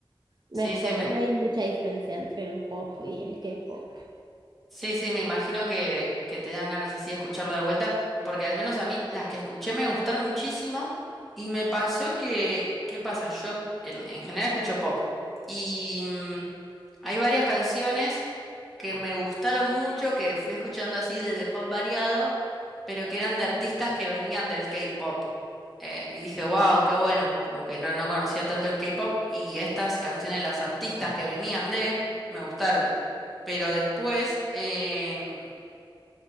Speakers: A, on the right; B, in the centre.
A: No
B: Sí,
A: es
B: sí,
A: como,
B: me,
A: no hay mucha diferencia entre el pop y el K-pop.
B: Sí, sí, me imagino que, que te dan ganas así de escucharlo de vuelta, porque al menos a mí las que escuché me gustaron muchísimo y me pasó que, ¿qué pasa? Yo el- en general escucho pop y mm, hay varias canciones que me gustaron mucho, que fui escuchando así de, de pop variado, pero que eran de artistas que venían del K-pop. Eh, y dije, wow, qué bueno, como que no, no conocía tanto el K-pop y estas canciones de las artistas que venían de, me gustaron. Pero después, em,